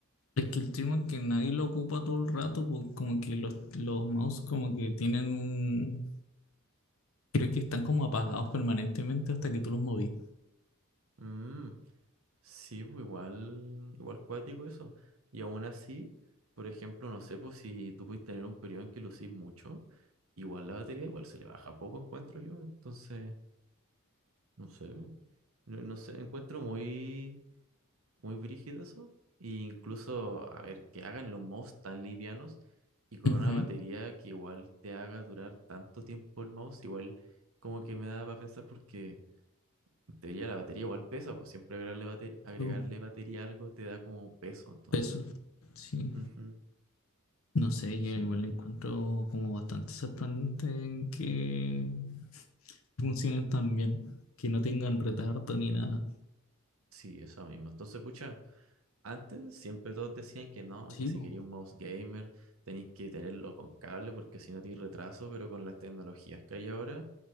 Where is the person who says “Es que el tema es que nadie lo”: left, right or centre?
Left